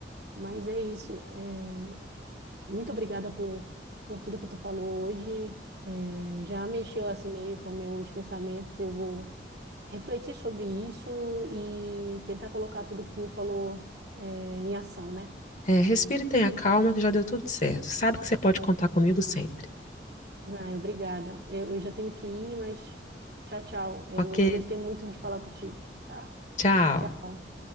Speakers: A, on the right; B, on the left.
A: Mas é isso. Eh, muito obrigada por, por tudo que tu falou hoje. Eh, já mexeu assim meio com meus pensamentos. Eu vou refletir sobre isso e tentar colocar tudo que tu me falou, é, em ação, né?
B: É, respire e tenha calma, que já deu tudo certo. Sabe que você pode contar comigo sempre.
A: Ah, obrigada. Eu, eu já tenho que ir, mas tchau, tchau. Eu
B: Ok.
A: gostei muito de falar contigo, tá?
B: Tchau.
A: Tchau.